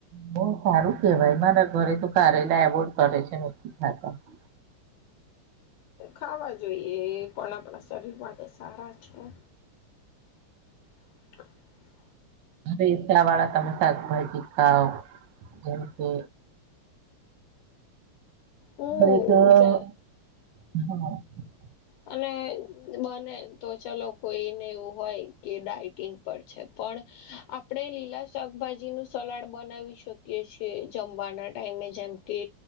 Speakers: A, on the right; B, on the left.
A: બહુ સારું કેવાય મારા ઘરે તું કરેલા એવોર્ડ કરે છે નથી ખાતા <inaudible>
B: ખાવા જોઈએ પણ આપણા શરીર માટે સારા છે <unintelligible>
A: હવે <unintelligible> વાળા તમે શાકભાજી ખાવ જેમ કે <unintelligible>
B: હું જ અને બને તો ચલો કોઈને એવું હોય કે ડઇટિંગ પર છે પણ આપણેે લીલા શાકભાજી નું સલાડ બનાવી શકીએ છીએ જમવાના ટાઈમે જમ કે